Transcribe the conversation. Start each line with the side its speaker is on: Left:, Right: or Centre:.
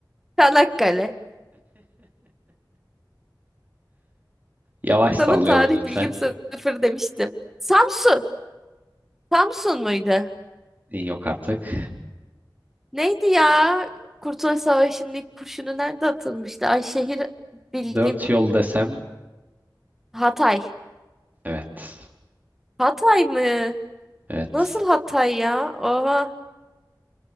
Centre: Çanakkale.
Right: Yavaş sallayalım
Centre: Sana tarih
Right: lütfen.
Centre: bilgim sıfır demiştim. Samsun. Samsun muydu?
Right: E, Yok artık.
Centre: Neydi ya? Kurtuluş Savaşı'nın ilk kurşunu nerede atılmıştı? Ay şehir bilgim.
Right: Dört yol desem
Centre: Hatay.
Right: evet.
Centre: Hatay mı?
Right: Evet.
Centre: Nasıl Hatay ya? Oha.